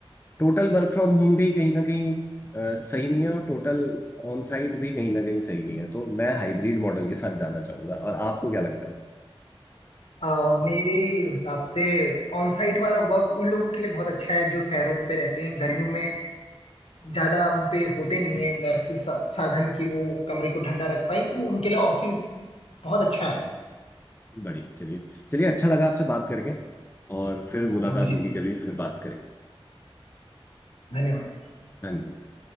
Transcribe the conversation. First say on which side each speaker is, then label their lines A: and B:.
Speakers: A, on the left (about 20°); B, on the left (about 80°).
A: टोटल वर्क फ्रॉम होम भी कहीं ना कहीं अ, सही नहीं है और टोटल ऑन साइट भी कहीं ना कहीं सही नहीं है तो मैं हाइब्रिड मॉडल के साथ जाना चाहूंगा और आपको क्या लगता है
B: अ, मेरे हिसाब से ऑन साइट वाला वर्क उन लोगों के लिए बहुत अच्छा है जो शहरों पे रहते हैं गर्मियों में ज्यादा उनपे होते नहीं है वैसे सा, साधन कि वो कमरे को ठंडा रख पाए तो उनके लिए ऑफिस बहुत अच्छा है
A: बढ़िया चलिए चलिए अच्छा लगा आपसे बात करके और फिर मुलाकात
B: हाँ मुझे
A: होगी कभी फिर बात करेंगे
B: धन्यवाद
A: धन्यवाद